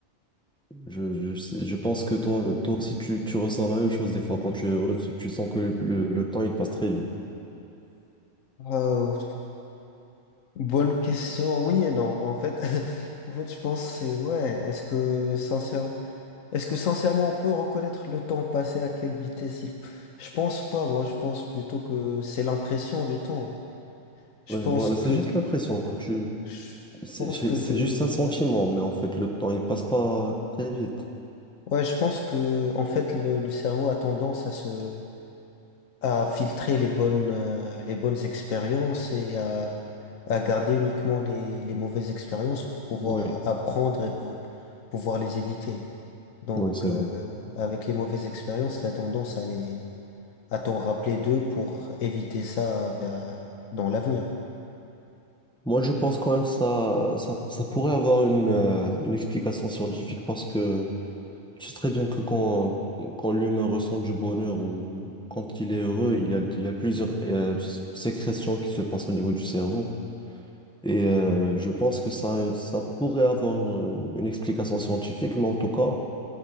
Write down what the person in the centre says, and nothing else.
Je, je, sais- je pense que toi, toi aussi, tu, tu ressens la même chose des fois quand tu es heureux, tu, tu sens que le, le, le temps, il passe très vite.
Oui,
voilà,
c'est juste l'impression. Tu,
c'est
c'est-
c'est
juste un sentiment,
mais en fait, le temps, il passe pas très vite.
Oui,
oui, c'est
vrai.
Moi, je pense quand même ça, ça, ça pourrait avoir une, euh, une explication scientifique parce que tu sais très bien que quand, quand l'humain ressent du bonheur ou quand il est heureux, il y a, il y a plusieurs euh, sécrétions qui se passent au niveau du cerveau. Et euh, je pense que ça, ça pourrait avoir une, une explication scientifique, mais en tout cas,